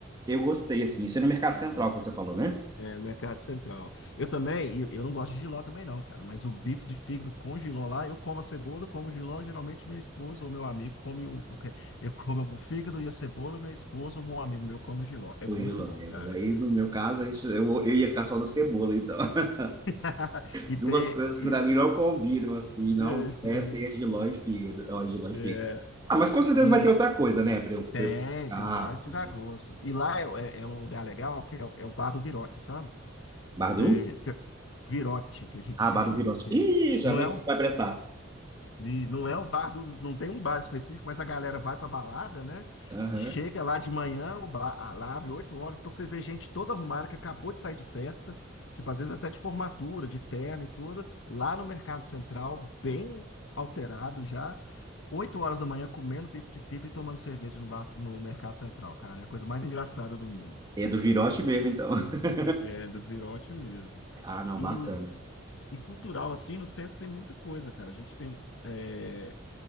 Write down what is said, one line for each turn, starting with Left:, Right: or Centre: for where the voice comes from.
Right: eu gostei, assim. Isso é no Mercado Central que você falou, né?
Left: É, no Mercado Central. Eu também, eu, eu não gosto de jiló também não, cara, mas o bife de fígado com jiló lá, eu como a cebola, como o jiló, geralmente minha esposa ou meu amigo come o, o que- eu como o fígado e a cebola, minha esposa ou meu amigo meu come o jiló. É
Right: Tranquilo,
Left: muito bom,
Right: é,
Left: cara.
Right: mas aí no meu caso aí eu, eu ia ficar só na cebola, então. <laughs>
Left: <laughs> E
Right: Duas
Left: tem,
Right: coisas
Left: e,
Right: que pra mim não combinam, assim, não
Left: é,
Right: descem é jiló e fígado. Ó, jiló e
Left: é,
Right: fígado.
Left: é,
Right: Ah, mas com certeza
Left: e
Right: vai ter outra coisa, né? Pra eu, pra
Left: tem,
Right: eu... Ah,
Left: tem vários tiragostos.
Right: entendi.
Left: E lá é, é- é um lugar legal que é, o é o Bar do Virote, sabe?
Right: Bardu?
Left: Você, você, Virote, que a gente
Right: Ah,
Left: chama,
Right: Bardu Virote.
Left: que
Right: Ih,
Left: não
Right: já vi
Left: é um,
Right: que vai prestar.
Left: E não é o bar do, não tem um bar específico, mas a galera vai pra balada, né?
Right: Aham.
Left: Chega lá de manhã, o bar ah, lá abre 8 horas, então você vê gente toda arrumada que acabou de sair de festa, tipo, às vezes até de formatura, de terno e tudo, lá no Mercado Central, bem alterado já, 8 horas da manhã comendo bife de fígado e tomando cerveja no, bar- no Mercado Central, cara, é a coisa mais engraçada do mundo.
Right: É do Virote mesmo, então. <laughs>
Left: É, do virote mesmo.
Right: Ah, não,
Left: E,
Right: bacana.
Left: e cultural, assim, no centro tem muita coisa, cara. A gente tem. é,